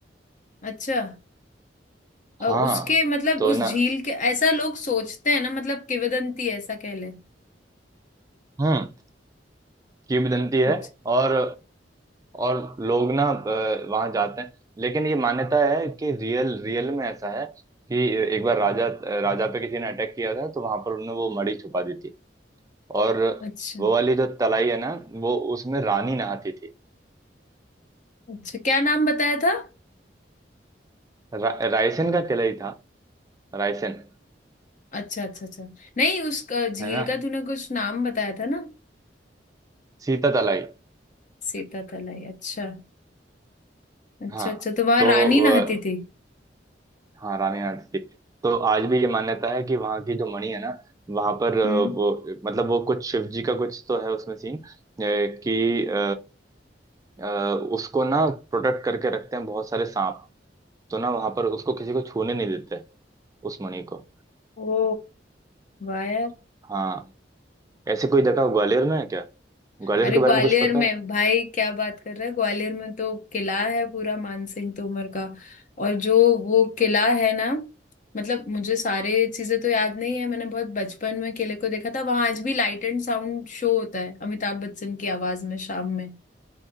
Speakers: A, on the left; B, on the right.
A: अच्छा अ,
B: हाँ
A: उसके मतलब
B: तो
A: उस
B: ना
A: झील के ऐसा लोग सोचते हैं ना मतलब किंवदंती है, ऐसा कह ले
B: हम्म किंवदंती है
A: अच्छा
B: और और लोग ना वहां जाते हैं लेकिन ये मान्यता है कि रियल रियल में ऐसा है कि एक बार राजा राजा पे किसी ने अटैक किया था तो वहां पर उन्होंने वो मणि छुपा दी थी और
A: अच्छा
B: वो वाली जो तलाई है ना वो उसमें रानी नहाती थी
A: अच्छा क्या नाम बताया था
B: रा, रायसेन का किला ही था रायसेन
A: अच्छा अच्छा अच्छा नहीं उस अ, झील
B: है ना
A: का तूने कुछ नाम बताया था ना
B: सीता तलाई
A: सीता तलाई अच्छा अच्छा
B: हाँ
A: अच्छा तो वहां
B: तो
A: रानी नहाती
B: अ,
A: थी
B: हाँ रानी नहाती थी तो आज भी ये मान्यता है कि वहाँ की जो मणि है ना वहां पर अ,
A: हम्म
B: वो मतलब वो कुछ शिव जी का कुछ तो है उसमें सीन अ, कि अ, अ, उसको ना प्रोटेक्ट करके रखते हैं बहुत सारे सांप तो ना वहां पर उसको किसी को छूने नहीं देते उस मणि को
A: ओ वाह यार
B: हाँ ऐसी कोई जगह ग्वालियर में है क्या ग्वालियर
A: अरे
B: के
A: ग्वालियर
B: बारे में कुछ पता
A: में
B: है
A: भाई क्या बात कर रहा है ग्वालियर में तो किला है पूरा मानसिंह तोमर का और जो वो किला है ना मतलब मुझे सारे चीजें तो याद नहीं है मैंने बहुत बचपन में किले को देखा था वहां आज भी लाइट एंड साउंड शो होता है अमिताभ बच्चन की आवाज में शाम में